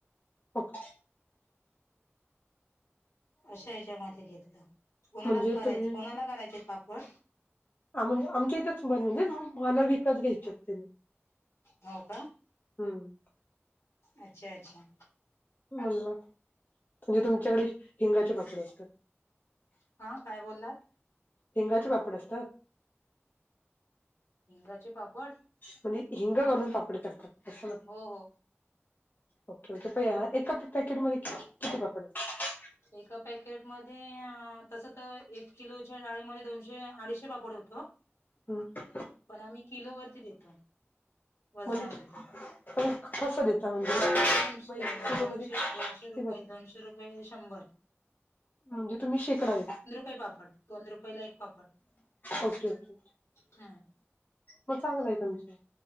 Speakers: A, on the left (about 40°); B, on the left (about 75°).
A: ओके
B: अशा याच्यामध्ये घेतलं कोणाला
A: म्हणजे
B: करायच,
A: तुम्ही
B: कोणाला करायचेत पापड?
A: हा म्हणजे आमच्या इथंच म्हणजे मला विकत घ्यायचे होते.
B: होव का?
A: हम्म.
B: अच्छा अच्छा
A: म्हणला. म्हणजे तुमच्याकडे हिंगाचे पापड असतात.
B: हा काय बोललात?
A: हिंगाचे पापड असतात?
B: हिंगाचे पापड
A: म्हणजे हिंग घालून पापड करतात असं ना
B: हो हो
A: ओके, ओके हा एका पॅकेट मध्ये किती पपड असतात?
B: एका पॅकेट मध्ये अं तसं तर एक किलोच्या डाळीमध्ये दोनशे, अडीचशे पापड होतो.
A: हम्म
B: पण आम्ही किलो वरती देतो, वजना
A: म्हण
B: वरती.
A: पण कसं देता म्हणजे
B: दोनशे,
A: मग एक किलो
B: दोनशे,
A: मध्ये
B: दोनशे
A: किती
B: रुपये,
A: बस
B: दोनशे रुपयेला शंभर.
A: म्हणजे तुम्ही शेकडा देता.
B: ते पापड दोन रुपयेला एक पापड.
A: ओके, ओके
B: हम्म
A: मग चांगलं आहे तुमचं.